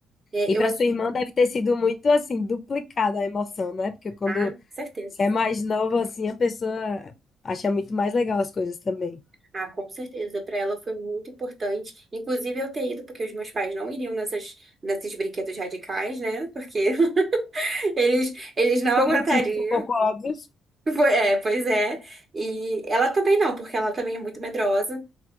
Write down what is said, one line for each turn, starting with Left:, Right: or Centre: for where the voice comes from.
Right: É,
Left: E
Right: eu,
Left: para
Right: ass-
Left: sua irmã deve ter sido muito assim, duplicada a emoção, né? Porque quando
Right: ah, certeza.
Left: você é mais novo assim, a pessoa acha muito mais legal as coisas também.
Right: Ah, com certeza. Para ela foi muito importante. Inclusive eu ter ido, porque os meus pais não iriam nessas, nesses brinquedos radicais, né? Porque <laughs> eles, eles não
Left: Por
Right: aguentariam.
Left: motivos um pouco óbvios,
Right: Foi- É, pois é. E ela também não, porque ela também é muito medrosa.